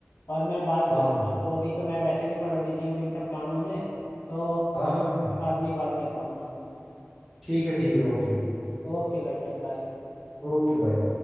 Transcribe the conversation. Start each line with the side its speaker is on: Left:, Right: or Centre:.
Left: और मैं बात
Centre: हाँ
Left: कर लूंगा
Centre: हाँ
Left: तो अभी तो मैं वैसे भी थोड़ा बिजी हूँ इन सब कामों में तो
Centre: हाँ
Left: अब
Centre: हाँ हाँ।
Left: बाद में ही बात कर पाऊंगा
Centre: ठीक है ठीक है ओके
Left: ओके भाई चल बाय
Centre: Okay bye